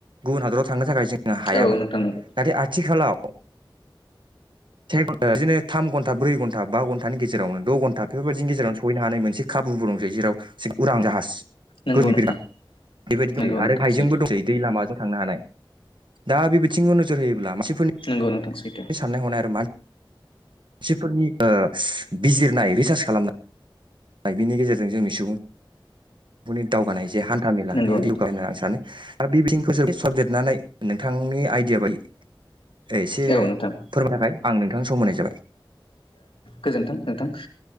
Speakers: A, on the right; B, on the left.
A: गुबुन हादराव थांनो थाखाय जों हायामोन
B: औ नोंथां नंगौ
A: नाथाय आथिखालाव से गनटा बिदिनो थाम घन्टा ब्रै घन्टा बा घन्टानि गेजेरावनो द' घन्टा बेफोरबायदिनि गेजेराव सौहैनो हानाय मोनसे खाबु <unintelligible> दंसै जेराव उरां जाहाज।
B: नंगौ
A: गोजौनि
B: नोंथां
A: बिरग्रा बेबायदि दंसै
B: नंगौ
A: आरो
B: नोंथां
A: गाहायजोंबो
B: सैथो
A: दंसै दै लामाजों थांनो हानाय दा बे बिथिंखौ नोजोर होयोब्ला मानसिफोरनि
B: नंगौ नोंथां सैथो।
A: साननाय हनाय मानसिफोरनि बिजिरनाय रिसार्च खालामनाय। बिनि गेजेरजों जोंनि सुबुं बेफोरनि दावगानाय जे हान्था मेला
B: नंगौ
A: बेयो
B: नोंथां
A: जौगानाय होननानै आं सानो। दा बे बिथिंखौसो सबदेरनानै नोंथांनि आइडिया बायदि एसे
B: औ नोंथां
A: फोरमायनो थाखाय आं नोंथांनो सम होनाय जाबाय
B: गोजोन्थों नोंथां